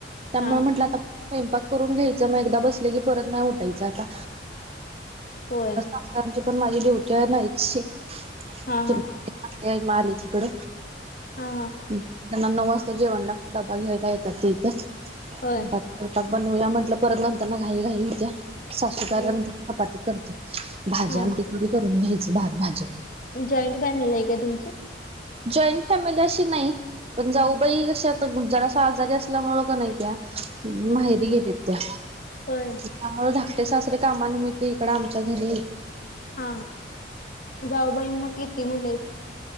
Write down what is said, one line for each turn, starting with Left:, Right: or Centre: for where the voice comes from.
Right: त्यामुळे
Left: हा हा
Right: म्हंटलं आता. स्वयंपाक करून घ्यायचा, मग एकदा बसले की परत नाही उठायचं आता.
Left: हो,
Right: सकाळची पण माझी ड्युटी आहे <unintelligible>
Left: हा हा
Right: आलीच तिकड
Left: हा हा
Right: त्यांना नऊ वाजता जेवण लागतय डबा घ्यायला येतात ते इथं म्हणतानं.
Left: होय
Right: स्वतःच बनवूया म्हटलं परत नंतर न घाई घाई होत्या सासू आल्या
Left: होय
Right: नंतर चपाती करते. भाजी
Left: हा
Right: आमठी थोडी करून घ्यायचं भात भाज्या.
Left: जॉईंट फॅमिली आहे काय तुमची?
Right: जॉईंट फॅमिलीअशी, नाही, पण जाऊबाई कशा आता जरस आजारी असल्यामुळे का, नाही त्या
Left: हा
Right: माहेरी गेलात त्या,
Left: होय.
Right: त्यामुळे धाकटे सासरे कामानिमित्त, इकडं आमच्या घरी
Left: हा जावबाईंना किती मुलं आहे त?